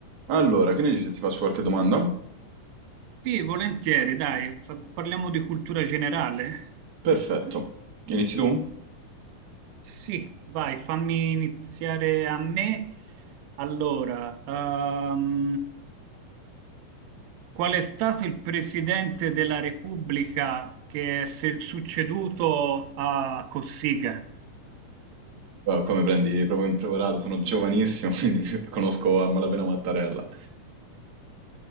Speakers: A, on the right; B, on the right.
A: Allora, che ne dici se ti faccio qualche domanda?
B: Sì, volentieri, dai, fa- parliamo di cultura generale.
A: Perfetto. Inizi tu?
B: Sì, vai, fammi iniziare a me. Allora, ehm, qual è stato il presidente della Repubblica che è se- succeduto a Cossiga?
A: Ah, qua mi prendi proprio impreparato, sono giovanissimo, <laughs> quindi conosco a malapena Mattarella.